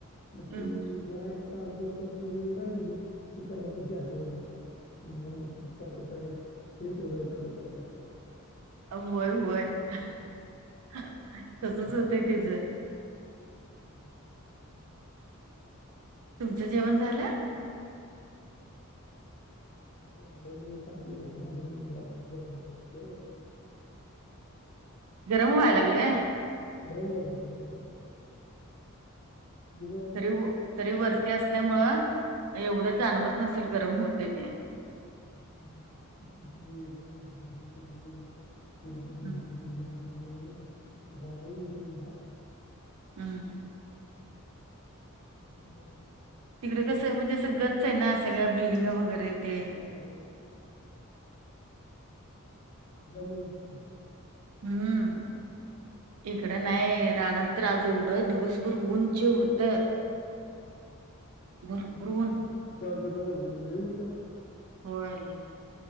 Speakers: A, on the left; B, on the right.
A: मग
B: हम्म
A: ते जरा तास दोन तास व राहिले की त्या त्यांची आठवण येत्या मग पप्पा कुट हैत हे सगळ चालू करतात.
B: होय होय तसच होतंय तच.
A: <inaudible>
B: तुमचं जेवण झालं. <inaudible>
A: <unintelligible>
B: गरम व्हाय लागलय.
A: <unintelligible>
B: तरी तरी वरती असल्यामुं एवढं जाणवत नसेल गरम होते ते.
A: एकदम द सगले गते. मळ
B: हम्म
A: नाही वर वटन.
B: हम् ह.
A: हम् ह ब.
B: तिकडे कसं म्हणजे असं गच आहे ना सगळ्या बिल्डिंगा वगैरे ते
A: हम् हम त्यामुळाच की.
B: हम्म. इकडं नाही राना तर आज एवढं दिवसभर ऊन जे होतं. भरपूर
A: नाही
B: ऊन
A: सर दुपारीलत <inaudible> त लई होत.
B: होय.